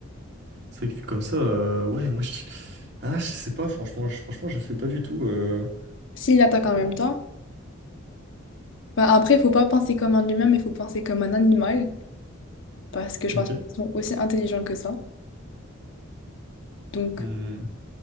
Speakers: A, on the right; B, on the left.
A: c'est vrai que vu comme ça, euh, ouais, moi je. Ah, je sais pas, franchement, je, franchement, je sais pas du tout. euh,
B: s'il attaque
A: bah,
B: en même temps, bah, après, il faut pas penser comme un humain, mais il faut penser comme un animal. Parce que je
A: Ok.
B: pense qu'ils sont aussi intelligents que ça. Donc,
A: Hmm.